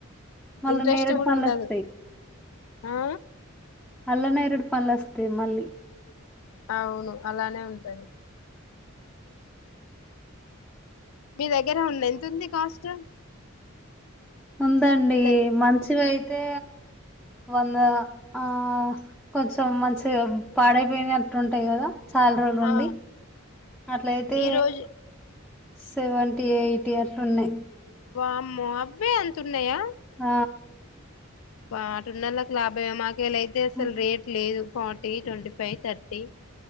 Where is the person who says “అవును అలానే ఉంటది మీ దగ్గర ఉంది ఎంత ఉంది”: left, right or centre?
Left